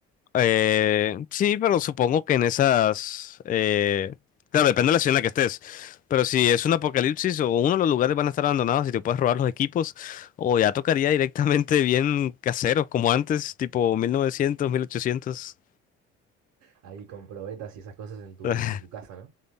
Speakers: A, on the left; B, on the right.
A: Eh, sí, pero supongo que en esas... eh, claro, depende de la ciudad en la que estés. Pero si es un apocalipsis o uno de los lugares van a estar abandonados y te puedes robar los equipos, o ya tocaría directamente bien caseros, como antes, tipo 1900, 1800.
B: Ahí con probetas y esas cosas en tu,
A: <laughs>
B: en tu casa, ¿no?